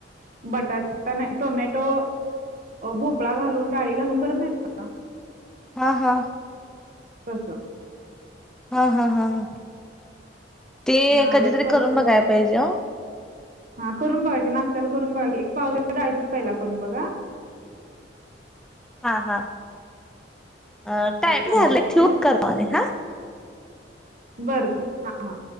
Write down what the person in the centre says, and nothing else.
हां हां.
हां हां हां ह ते
कधीतरी
करून
बघाय पाहिजे ओ.
हां हां अ टाइम
झालं
ठेवू
करतो आणि हां.